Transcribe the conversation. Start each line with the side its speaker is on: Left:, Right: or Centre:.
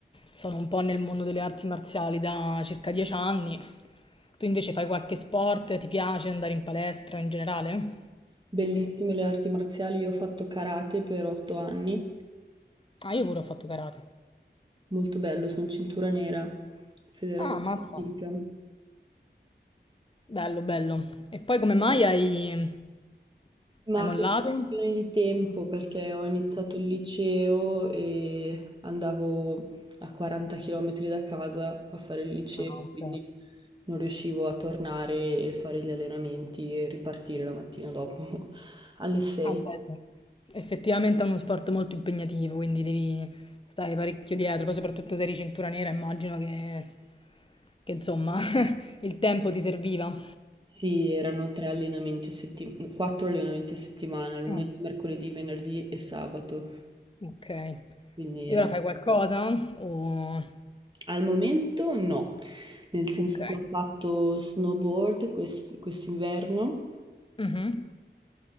Left: sono un po' nel mondo delle arti marziali da circa dieci anni. Tu invece fai qualche sport? Ti piace andare in palestra in generale?
Right: Bellissime le arti marziali, io ho fatto karate per otto anni,
Left: Ah, io pure ho fatto karate.
Right: molto bello, sono cintura nera, federazione
Left: Ah, mazza.
Right: olimpica.
Left: Bello, bello. E poi come mai hai,
Right: Ma
Left: hai mollato?
Right: per questione
Left: Ok.
Right: di tempo, perché ho iniziato il liceo e andavo a 40 km da casa a fare il liceo,
Left: Ah, ok.
Right: quindi non riuscivo a tornare e fare gli allenamenti e ripartire la mattina dopo <laughs> alle 6.
Left: Ah, beh, sì. Effettivamente è uno sport molto impegnativo, quindi devi stare parecchio dietro, poi soprattutto se eri cintura nera, immagino che, che, insomma <laughs> il tempo ti serviva.
Right: Sì, erano tre allenamenti a settimana, quattro allenamenti a settimana, lunedì,
Left: Mm,
Right: mercoledì, venerdì e sabato.
Left: Ok.
Right: Quindi
Left: E
Right: era-
Left: ora fai qualcosa? O...
Right: al momento no, nel senso
Left: Ok.
Right: che ho fatto snowboard quest- quest'inverno
Left: Mhm.